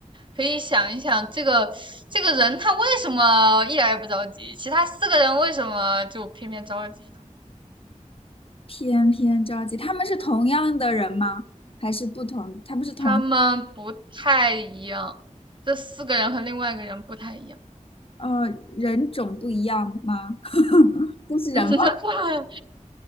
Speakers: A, on the right (about 40°); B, on the left (about 45°).
A: 可以想一想，这个这个人他为什么一点也不着急，其他四个人为什么就偏偏着急呢？
B: 偏偏着急。他们是同样的人吗？还是不同？他们是同
A: 他们不太一样，这四个人和另外一个人不太一样。
B: 呃人种不一样吗？<laughs> 都是人吗？
A: <laughs>